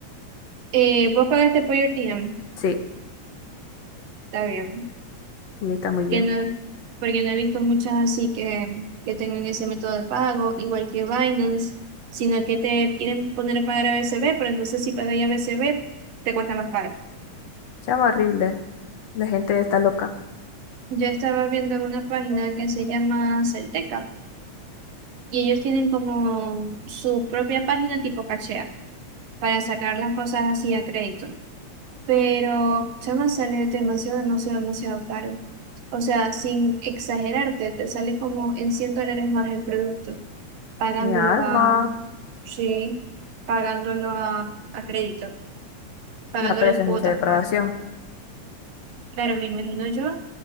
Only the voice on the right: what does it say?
Eh, vos pagaste por your team,
está bien.
Que no, porque no he visto muchas así que, que tengan ese método de pago, igual que Binance, sino que te quieren poner a pagar a B C B, pero entonces si pagas a B C B te cuesta más caro.
Yo estaba viendo en una página que se llama Celteca y ellos tienen como su propia página tipo cachea para sacar las cosas así a crédito. Pero se me sale demasiado, demasiado, demasiado caro. O sea, sin exagerarte, te sale como en 100 dólares más el producto, pagándolo
a, sí, pagándolo a, a crédito, pagándolo
en
cuotas,
pues. Claro, me imagino yo,